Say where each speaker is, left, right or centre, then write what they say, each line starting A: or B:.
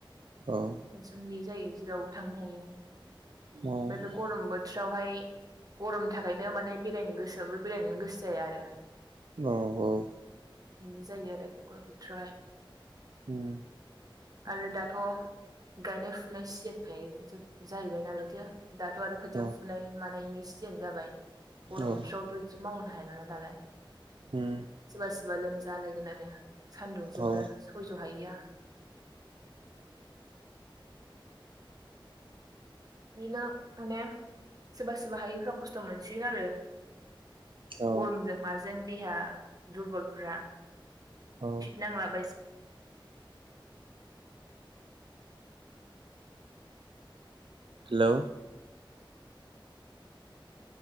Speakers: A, on the right; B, on the right.
A: औ
B: थेंसन गैयै जायो जेरावबो थांनो हायो आमफाय
A: औ
B: बे गरम बो बावहाय गरमनि थाखायनो माने बेरायनो गोसो जाबाबो बेरायनो गोसो जाया आरो
A: औ औ
B: उम जायो आरो गरम बोथोरावहाय
A: होम
B: आरो दाथ' गायनाय फुनाय सिजेन जाहैबाय नालायथो दाथ' आरो
A: औ
B: खो थिआ फुनाय मानायनि सिजोन जाबाय गरम
A: औ
B: बोथोरावथ' बिदि मावनो हायाानालाय दालाय
A: उम
B: सोरबा सोरबा लोमजालायगोन आरो सानदुंजोंनो
A: औ
B: सयज' हायैआ बिदिनो माने सोरबा सोरबा हायिफ्रा खस्थ' मोनसिगोन आरो
A: औ
B: गरमजों माजों देहा दुरब'लफ्रा
A: औ
B: फिट नांला बायसि
A: हेलौ